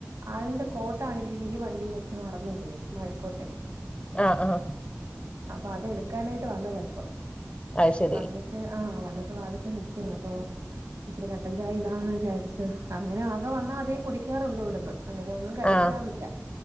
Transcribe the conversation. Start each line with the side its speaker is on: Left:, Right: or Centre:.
Right: ആളിന്റെ കോട്ട ആണെങ്കിൽ ഈ വണ്ടി വെച്ച് മറന്നു പോോയി മഴക്കോട്ടെ
Left: ആഹ് ആഹ
Right: അപ്പൊ അത് എടുക്കാനായിട്ട് വന്നത ഇപ്പൊ.
Left: അത് ശരി
Right: വന്നിട്ട് ആഹ് വന്നിട്ട് വാതിക്ക നൽിക്കുന്നു അപ്പൊ ഇച്ചിരി കട്ടൻ ചായ എന്താന്ന് വിചാരിച്ചു അങ്ങനെ ആകെ വന്നാ അതേ കുടിക്കാറുള്ളൂ ഇവിടുന്ന് അങ്ങനെയൊന്നും കഴിക്കാറില്ല
Left: ആഹ